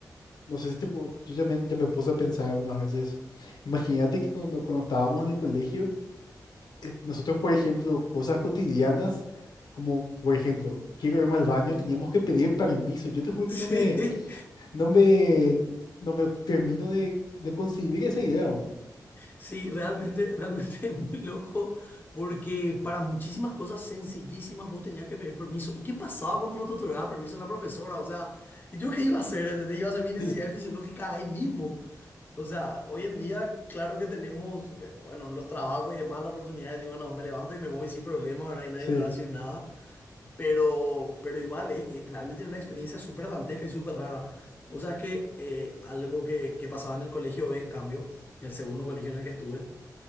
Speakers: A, on the left; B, on the left.
A: no sé si te, pu- yo ya me, ya me puse a pensar algunas veces. Imagínate que cuando, cuando estábamos en el colegio, eh, nosotros, por ejemplo, cosas cotidianas, como, por ejemplo, quiero irme al baño, teníamos que pedir permiso. Yo te juro que
B: <laughs> sí,
A: no me... No me, no me termino de, de concebir esa idea aún.
B: sí, realmente, realmente es muy loco porque para muchísimas cosas sencillísimas vos tenías que pedir permiso. ¿Y qué pasaba cuando no te otorgaba permiso la profesora? O sea, ¿y yo qué iba a hacer? ¿Entendés? Iba a hacer mis necesidades
A: Sí,
B: fisiológicas ahí mismo. O sea, hoy en día, claro que tenemos, eh, bueno, los trabajos y demás, las oportunidades, y bueno, me levanto y me voy sin problema, ahora y nadie
A: sí,
B: me va a decir nada, pero, pero igual, eh, eh, realmente era una experiencia súper dantesca y súper rara. O sea, es que eh, algo que, que pasaba en el colegio B, en cambio, en el segundo colegio en el que estuve,